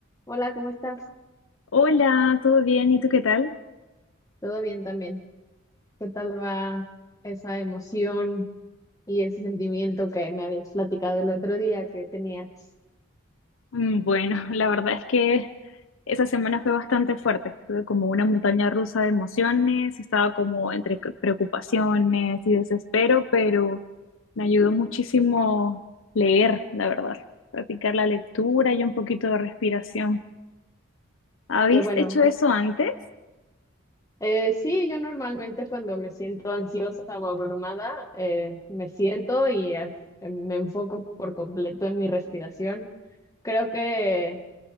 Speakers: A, on the left; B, on the left.
A: Hola, ¿cómo estás?
B: Hola, ¿todo bien? ¿Y tú qué tal?
A: Todo bien también. ¿Qué tal va esa emoción y ese sentimiento que me habías platicado el otro día que tenías?
B: Mm, Bueno, <laughs> la verdad es que esa semana fue bastante fuerte. Tuve como una montaña rusa de emociones, estaba como entre c- preocupaciones y desespero, pero me ayudó muchísimo leer, la verdad, practicar la lectura y un poquito de respiración. ¿Habéis
A: Que bueno,
B: hecho
A: es,
B: eso antes?
A: eh, sí, yo normalmente cuando me siento ansiosa o abrumada, eh, me siento y eh, me enfoco por completo en mi respiración. Creo que